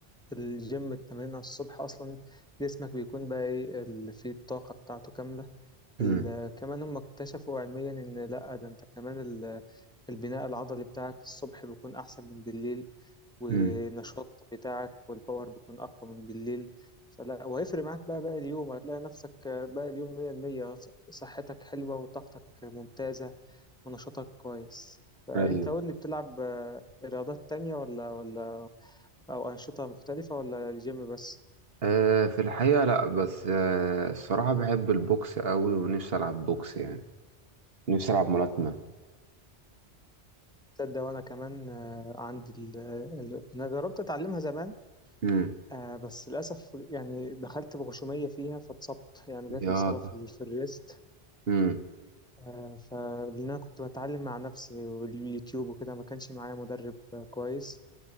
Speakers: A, in the centre; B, on the right.
A: الجيم التمرين على الصبح اصلا جسمك بيكون بقى ايه اللي فيه الطاقة بتاعته كاملة
B: امم
A: ال- كمان هم اكتشفوا علميا ان لا ده انت كمان ال- البناء العضلي بتاعك الصبح بيكون احسن من بالليل ونشاط
B: امم
A: بتاعك والباور بيكون أقوى من بالليل فلا وهيفرق معاك بقى باقي اليوم هتلاقي نفسك باقي اليوم 100% صحتك حلوة وطاقتك ممتازة ونشاطك كويس فأنت
B: ايوه
A: قول لي بتلعب آه، رياضات تانية ولا ولا أو أنشطة مختلفة ولا الجيم بس؟
B: آه في الحقيقة لا بس آه الصراحة بحب البوكس قوي ونفسي العب بوكس يعني نفسي العب ملاكمة
A: تصدق وأنا كمان آه، عندي ال... ال... أنا جربت أتعلمها زمان
B: امم
A: آه بس للأسف يعني دخلت بغشومية فيها فاتصبت يعني جات
B: يلا
A: لي إصابة في في الريست
B: امم
A: آه، فلأن أنا كنت بتعلم مع نفسي واليوتيوب وكده ما كانش معايا مدرب آه، كويس